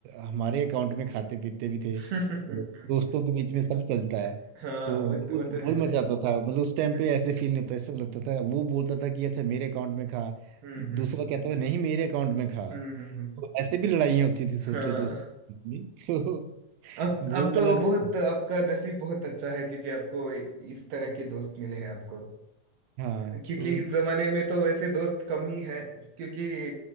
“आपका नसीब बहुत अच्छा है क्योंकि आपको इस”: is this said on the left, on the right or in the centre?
Right